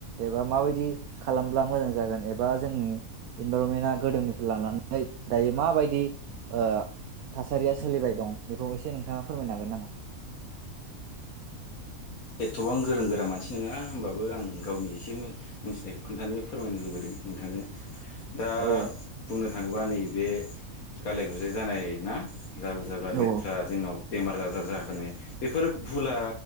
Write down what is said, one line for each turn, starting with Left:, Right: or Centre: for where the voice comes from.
Right: एबा माबायदि खालामब्ला मोजां जागोन एबा जोंनि इनभरनमेन्टआ गोदोनिफ्राय लानानै दायो माबायदि ओ थासारिया सोलिबाय दं बेखौ एसे नोंथाङा फोरमायनो हागोन नामा?
Left: एथ'बां गोरों गोरा मानसि नोङा होमबाबो आं गावनि एसे मो मिथिनायखौ खोन्थानो फोरमायनो लुबैदों नोंथांनो‌। दा
Right: औ
Left: बुंनो थाङोबा नैबे गालाय गुजाय जानाय ना? जाबोर जाब्रा लेथ्रा
Right: औ
Left: जोंनाव। बेमार आजार जाहोनाय बेफोर भुला